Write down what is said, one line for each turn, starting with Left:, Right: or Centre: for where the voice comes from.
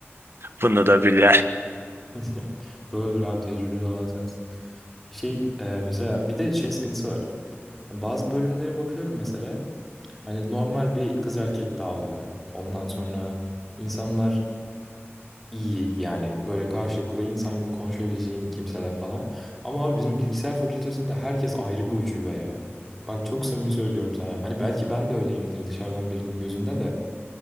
Right: bunu da bile <laughs>
Centre: <laughs> Doğrudur abi tecrübeli olan sensin. Şey e, mesela bir de şey sıkıntısı var. Hani Bazı bölümlere bakıyorum mesela. Hani normal bir kız erkek dağılımı. Ondan sonra insanlar iyi yani böyle karşılıklı insan gibi konuşabileceğin kimseler falan. Ama abi bizim bilgisayar fakültesinde herkes ayrı bir ucube ya. Bak çok samimi söylüyorum sana. Hani belki ben de öyleyimdir dışarıdan birinin gözünde de.